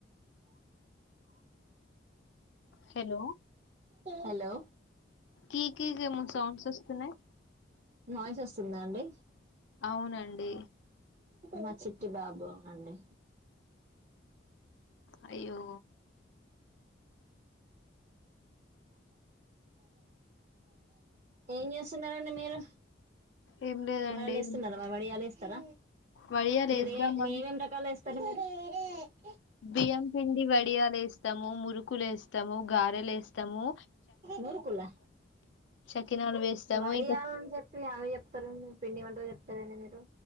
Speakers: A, on the left; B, on the right.
A: హలో
B: హలో
A: కి కీ ఏమో సౌండ్స్ వస్తున్నాయి
B: నాయిస్ వస్తుందా అండి
A: అవునండి
B: మా చిట్టి బాబు అండి
A: అయ్యో
B: ఏం చేస్తున్నారండి మీరు
A: ఏం లేదండి.
B: వడాలేస్తున్నారా మరీ వడియాలిస్ స్తార
A: వడియాలేస్తామన్
B: మీరే నేమేం రకాలు వేస్ <unintelligible>
A: బియ్యం పిండి వడియలు వేస్తాము మురుకు అకులు వేస్తాము గారెలు వేస్తాము
B: మురుకులా
A: చకినాలు వేస్తాము.
B: వడియాలని
A: ఇంకా
B: చెప్పి అవి చెప్తారు పిండి వంట చెప్తారు సరే అండీ మీరు